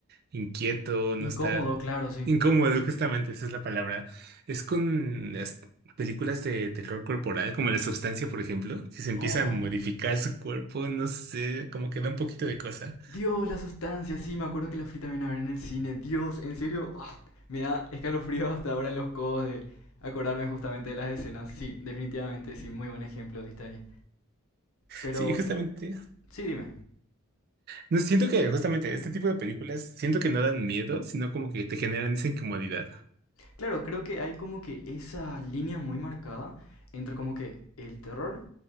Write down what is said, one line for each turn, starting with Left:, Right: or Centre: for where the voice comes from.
Right: inquieto, no
Left: Incómodo,
Right: estar
Left: claro, sí.
Right: Incómodo, justamente, esa es la palabra. Es con las películas de terror corporal, como La Sustancia, por ejemplo, que se empieza
Left: Oh,
Right: a modificar su cuerpo, no sé, como que da un poquito de cosa.
Left: Dios, la sustancia, sí, me acuerdo que la fui también a ver en el cine. Dios, en serio, ah, me da escalofrío hasta ahora en los codos de acordarme justamente de las escenas. Sí, definitivamente, sí, muy buen ejemplo diste ahí. Pero,
Right: Sí, justamente.
Left: sí, dime.
Right: No siento que justamente este tipo de películas, siento que no dan miedo, sino como que te generan esa incomodidad.
Left: Claro, creo que hay como que esa línea muy marcada entre como que el terror